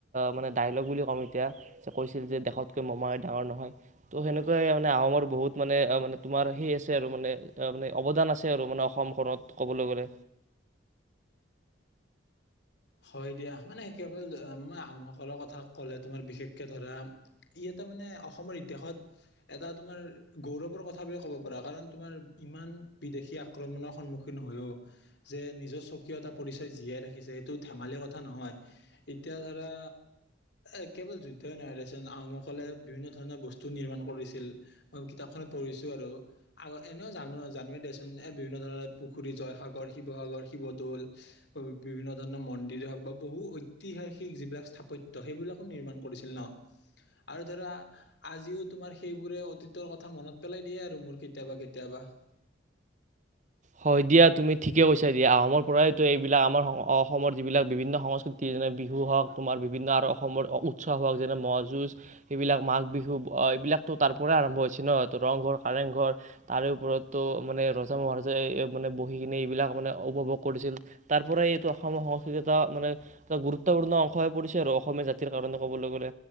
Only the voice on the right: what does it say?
মানে ডাইলগ বুলি কম এতিয়া কৈছিল যে দেশতকৈ মোমাই ডাঙৰ নহয় ত সেনেকুৱাই মানে আহোমৰ বহুত মানে মানে তোমাৰ সে আছে আৰু মানে মানে অৱদান আছে। আৰু মানে অসমখনত ক'বলৈ গ'লে
হয় দিয়া তুমি ঠিকে কৈছা দিয়া আহোমৰ পৰাইতো এইবিলাক আমাৰ অসমৰ যিবিলাক বিভিন্ন সংস্কৃতি যেনে বিহু হওক তোমাৰ বিভিন্ন আৰু অসমৰ উৎসৱ হওক যেনে মহ যুঁজ সেইবিলাক মাঘ বিহু এইবিলাকো তাৰ পৰাই আৰম্ভ হৈছে ন ৰংঘৰ কাৰেং ঘৰ তাৰে ওপৰত ত ৰজা মহাৰজা যে মানে বহি কিনে এইবিলাক মানে উপভোগ কৰিছিল তাৰ পৰাই এইটো অসমৰ সংস্কৃতি এটা মানে এটা গুৰুত্বপূৰ্ণ অংশ হৈ পৰিছে আৰু অসমীয়া জাতিৰ কাৰণে ক'বলৈ গ'লে,